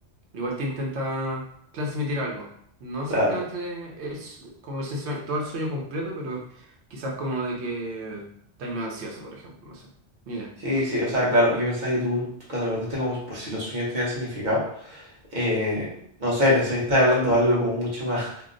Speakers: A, on the right; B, on the right.
A: igual te intenta transmitir algo. No exactamente
B: claro.
A: es como ese sue- todo el sueño completo, pero quizás como de que estás medio ansioso, por ejemplo, no sé. Mira.
B: Sí, sí, o sea,
A: Mm.
B: claro, yo pensaba que tú, tú cuando me preguntaste como por si los sueños tenían significado, eh, no sé, pensé que estabas hablando de algo como mucho más.